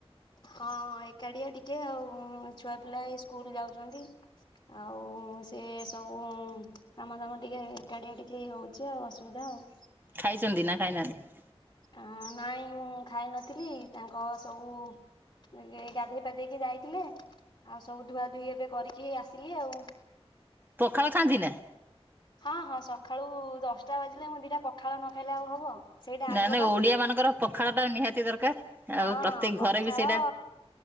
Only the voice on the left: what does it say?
ହଁ ଏକାଟିଆ ଟିକେ ଆଉ ଛୁଆ ପିଲା ଏଇ ସ୍କୁଲ ଯାଉଚନ୍ତି ଆଉ ସେ ସବୁ ଉଁ କାମ ଦାମ ଟିକେ ଏକାଟିଆ ଟିକେ ହଉଚି ଆଉ ଅସୁବିଧା ଆଉ।
ଆଁ ନାଇଁ ମୁଁ ଖାଇ ନଥିଲି ତାଙ୍କ ସବୁ <unintelligible> ଗାଧେଇ ପାଧେଇକି ଯାଇଥିଲେ ଆଉ ସବୁ ଧୁଆ ଧୁଇ ଏବେ କରିକି ଆସିଲି ଆଉ।
ହଁ ହଁ ସକାଳୁ ଦଶଟା ବାଜିଲେ ମୁଁ ଦିଟା ପଖାଳ ନଖାଇଲେ ଆଉ ହବ। ସେଇଟା
ଆଗ
ବା
ହଁ
ପଖାଳ